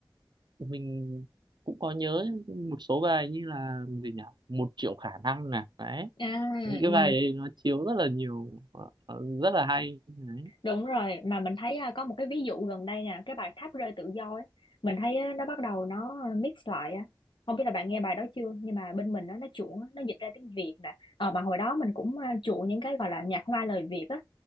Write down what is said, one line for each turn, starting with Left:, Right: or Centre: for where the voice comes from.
Right: mình cũng có nhớ một số bài như là gì nhỉ một triệu khả năng nè đấy
Left: À,
Right: những cái
Left: ừ.
Right: bài ấy nó chiếu rất là nhiều ờ, ờ, rất là hay đấy
Left: Đúng rồi, mà mình thấy à, có một cái ví dụ gần đây nè, cái bài Tháp rơi tự do ấy, mình thấy á, nó bắt đầu nó à, mix lại á. Không biết là bạn nghe bài đó chưa, nhưng mà bên mình á, nó chuộng á, nó dịch ra tiếng Việt nè. Ờ mà hồi đó mình cũng à, chuộng những cái gọi là nhạc hoa lời Việt á.